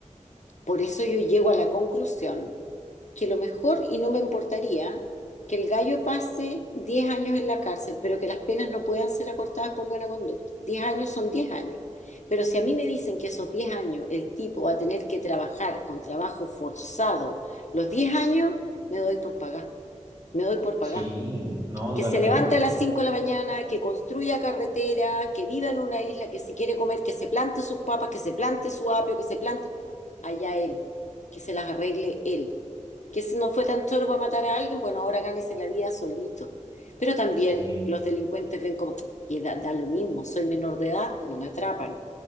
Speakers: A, on the left; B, on the right.
A: por eso yo llego a la conclusión que lo mejor, y no me importaría, que el gallo pase 10 años en la cárcel, pero que las penas no puedan ser acortadas por buena conducta. 10 años son 10 años. Pero si a mí me dicen que esos 10 años el tipo va a tener que trabajar con trabajo forzado, los 10 años me doy por pagar. Me doy por pagar
B: Sí, no,
A: que
B: totalmente.
A: se levanta a las 5 de la mañana, que construya carreteras, que viva en una isla, que si quiere comer, que se plante sus papas, que se plante su apio, que se plante allá él, que se las arregle él. Que si no fue tan chorbo a matar a alguien, bueno, ahora gánese la vida solito. Pero también
B: Sí,
A: los delincuentes ven como, y da, da lo mismo, soy menor de edad, no me atrapan.